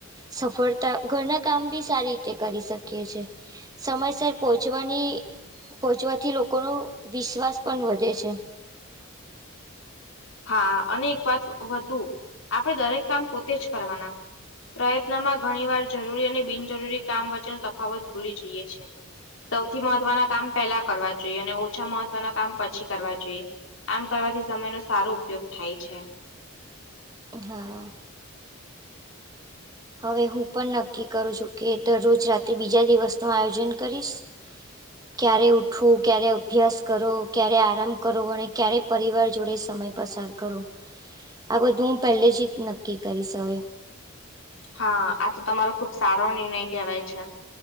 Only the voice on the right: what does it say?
સફળતા ઘરના કામ બી સારી રીતે કરી શકીએ સમયસર પહોંચવાની પહોંચવાથી લોકોનો વિશ્વાસ પણ વધે છે.
હાં. હવે હું પણ નક્કી કરું છું કે દરરોજ રાત્રે બીજા દિવસ નું આયોજન કરીશ. ક્યારે ઉઠવું ક્યારે અભ્યાસ કરો ક્યારે આરામ કરો અને ક્યારે પરિવાર જોડે સમય પસાર કરો. આ બધું હું પહેલે જ જ નક્કી કરીશ અવે.